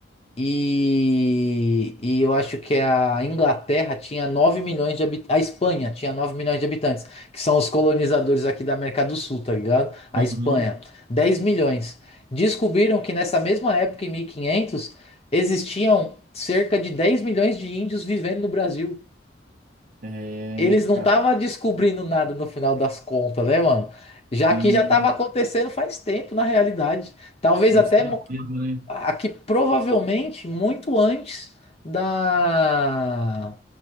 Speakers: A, on the left (about 35°); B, on the right (about 50°).
A: E, e eu acho que a Inglaterra tinha 9 milhões de habitantes. A Espanha tinha 9 milhões de habitantes, que são os colonizadores aqui da América do Sul, tá ligado? A
B: aham.
A: Espanha, 10 milhões. Descobriram que nessa mesma época, em 1500, existiam cerca de 10 milhões de índios vivendo no Brasil.
B: É,
A: Eles não
B: cara,
A: estavam descobrindo nada no final das contas, né, mano? Já
B: sim,
A: que já estava acontecendo faz tempo, na realidade. Talvez
B: com
A: até
B: certeza, né?
A: aqui provavelmente muito antes da